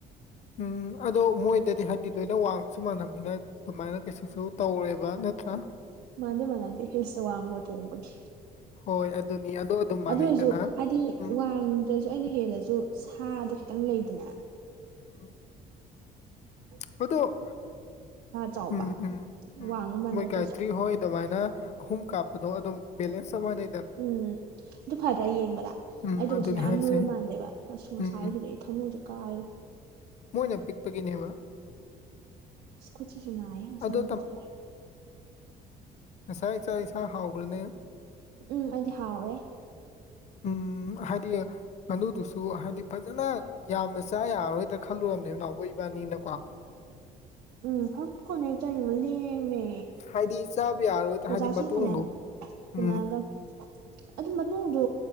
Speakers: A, on the left (about 45°); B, on the right (about 80°).
A: ꯎꯝ ꯑꯗꯣ ꯃꯣꯏꯗꯗꯤ ꯍꯥꯏꯗꯤ ꯂꯣꯏꯅ ꯋꯥꯡꯕꯁꯨ ꯃꯥꯟꯅꯕꯝꯅꯤꯅ ꯑꯗꯨꯃꯥꯏꯅ ꯀꯩꯁꯨꯁꯨ ꯇꯧꯔꯣꯏꯕ ꯅꯠꯇ꯭ꯔꯥ
B: ꯃꯥꯥꯟꯗꯤ ꯃꯥꯟꯅꯗꯦꯍꯦ ꯏꯁ ꯋꯥꯡꯕ ꯇꯣꯡꯕꯒꯤ
A: ꯍꯣꯏ ꯑꯗꯨꯅꯤ ꯑꯗꯣ ꯑꯗꯨꯝ ꯃꯥꯟꯅꯩꯗꯅ
B: ꯑꯗꯨ ꯑꯣꯏꯖꯨ ꯍꯥꯏꯗꯤ
A: ꯎꯝ
B: ꯋꯥꯡ ꯇꯔꯖꯨ ꯑꯩꯅ ꯍꯦꯜꯂꯖꯨ ꯁꯥꯗꯣ ꯈꯤꯇꯪ ꯂꯩꯗꯅ
A: ꯎꯝ
B: ꯎ
A: ꯑꯗꯣ
B: ꯆꯥꯎꯕ
A: ꯎꯝ ꯎꯝ ꯎꯝ
B: ꯋꯥꯡꯕ ꯃꯥꯟꯅꯗ꯭ꯔꯁꯨ
A: ꯃꯣꯏ ꯀꯥꯏꯇ꯭ꯔꯤ ꯍꯣꯏ ꯑꯗꯨꯃꯥꯏꯅ ꯑꯍꯨꯝ ꯀꯥꯞꯄꯗꯣ ꯑꯗꯨꯝ ꯕꯦꯂꯦꯟꯁ ꯑꯃꯅ
B: ꯎꯝ ꯑꯗꯨ ꯐꯗ꯭ꯔꯥ ꯌꯦꯡꯕꯗ
A: ꯎꯝ
B: ꯑꯩꯗꯨꯒꯁꯨ
A: ꯑꯗꯨꯅꯦ
B: ꯃꯌꯥꯝ
A: ꯍꯥꯏꯁꯦ
B: ꯅꯣꯏꯕ ꯃꯥꯟꯗꯦꯕ ꯑꯁ ꯉꯁꯥꯏꯒꯤꯗꯨꯗꯤ
A: ꯎꯝ
B: ꯃꯣꯛꯀꯥꯑ
A: ꯃꯣꯏꯅ ꯄꯤꯛꯄꯒꯤꯅꯦꯕ
B: ꯁ꯭ꯀꯨꯇꯤꯖꯅ ꯑꯩ ꯑꯁꯥꯡꯈꯠꯈ꯭ꯔꯦ
A: ꯑꯗꯣ ꯉꯁꯥ ꯏꯁꯥ ꯏꯁꯥ ꯍꯥꯎꯕ꯭ꯔꯅꯦ
B: ꯎꯝ ꯑꯖꯤꯍꯥꯎꯦ
A: ꯎꯝ ꯍꯥꯏꯗꯤ ꯉꯥꯅꯨꯗꯨꯁꯨ ꯍꯥꯏꯗꯤ ꯐꯖꯅ ꯌꯥꯝꯅ ꯆꯥ ꯌꯥꯔꯔꯣꯏ ꯑꯝꯇ ꯈꯜꯂꯨꯔꯕꯅꯦꯕ ꯅꯥꯎ ꯏꯕꯥꯅꯤꯅꯀꯣ
B: ꯎꯝ ꯐꯪ ꯀꯣꯅꯦ ꯇꯩꯅꯕ ꯂꯦꯃꯦ
A: ꯍꯥꯏꯗꯤ ꯆꯥꯕ ꯌꯥꯔꯣꯏꯗ꯭ꯔꯥ
B: ꯑꯣꯖꯥꯁꯤꯡ
A: ꯍꯥꯏꯗꯤ ꯃꯇꯣꯡꯗꯣ
B: ꯐꯅꯌꯥꯝ ꯄꯨꯅꯔꯒ
A: ꯎꯝ
B: ꯑꯗꯨ ꯃꯇꯨꯡꯗꯣ